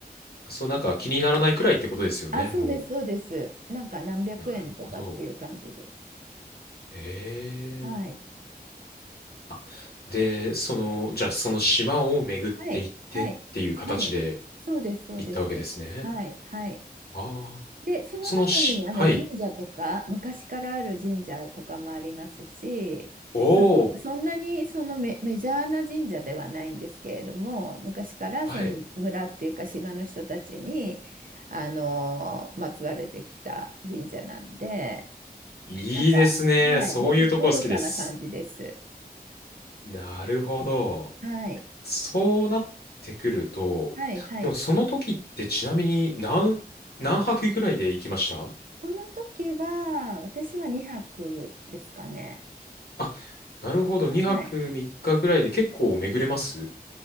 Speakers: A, on the left; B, on the right.
A: そう、なんか気にならないくらいってことですよね、
B: あ、そうです、
A: も
B: そうです。なんか何百円とかっていう感じで。
A: う。なるほど。ええ。
B: はい。
A: あ、で、その、じゃあその島を巡っていってっていう形で
B: はい。はい。はい。そうです、そうです。
A: 行ったわけですね。
B: はい。はい。
A: ああ、
B: で、その中にあの神社とか、
A: そのし、はい。
B: 昔からある神社とかもありますし、
A: おお、
B: まあそそんなにそのメ、メジャーな神社ではないんですけれども、昔からその村っていうか島の人たちに、
A: はい。
B: あの、まつわれてきた神社なんで、
A: いいですね。
B: なんか、はい、
A: そういうとこ好きです。
B: の、のどかな感じです。
A: なるほど。
B: はい、
A: そうなってくると、
B: はい、はい。
A: でもその時ってちなみに何、何泊ぐらいで行きました
B: その時は、私は2泊ですかね。
A: あ、なるほど。2泊3日ぐらいで結構巡れます
B: はい